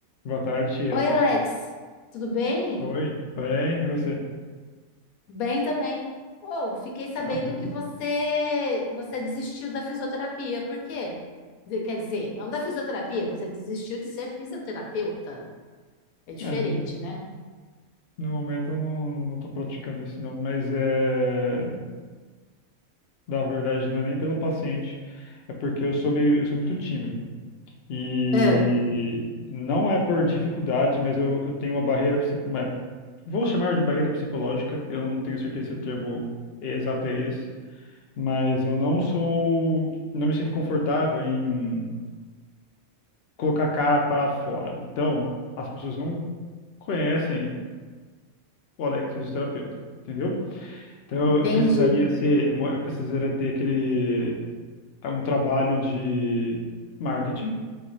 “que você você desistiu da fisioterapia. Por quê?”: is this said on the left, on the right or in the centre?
Left